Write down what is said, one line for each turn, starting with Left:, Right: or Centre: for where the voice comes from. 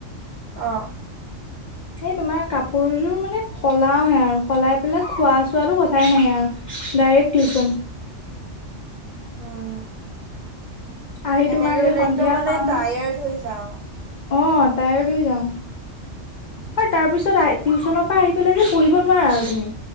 Right: আহ।
Left: সেই তোমাৰ কাপোৰযোৰ মানে সলাওহে আৰু সলাই পেলাই খোৱা, চোৱাতটো কথাই নাহে আৰু। Direct tuition.
Right: উম,
Left: আহি
Right: এনেকে
Left: তোমাৰগে
Right: হ'লে
Left: সন্ধিয়া
Right: একদম মানে
Left: পাওঁহি।
Right: টায়াৰ্ড
Left: অ',
Right: হৈ যাওঁ।
Left: টায়াৰ্ড হৈ যাওঁ। আৰু তাৰ পিছত টিউশ্যনৰ পৰা আহি পেলাই যে পঢ়িব নোৱাৰা আৰু তুমি।